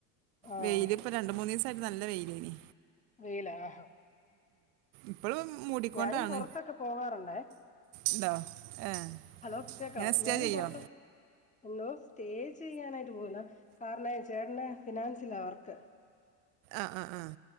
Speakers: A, on the left; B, on the right.
A: ആഹ്
B: വെയില് ഇപ്പൊ രണ്ടുമൂന്ന് ദിവസം ട്ട് നല്ല വെയിയിലേനി
A: വെയില് ആ
B: ഇപ്പോഴും മൂടിക്കൊണ്ടാണ്
A: ഞാനും പുറത്തൊക്കെ പോകാറുണ്ടേ
B: ഉണ്ടോ ഏ
A: ഹലോ കേക്കാവോ
B: ഇങ്ങനെ സ്റ്റേ
A: ഞാനും
B: ചെയ്യോ
A: പുറത്ത് ഒന്നിവിടെ സ്റ്റേ ചെയ്യാനായി പോവൂലോ കാരണവെ ചേട്ടന് ഫിനാൻസിലാ വർക്ക്
B: ആഹ് ആഹ് ആഹ്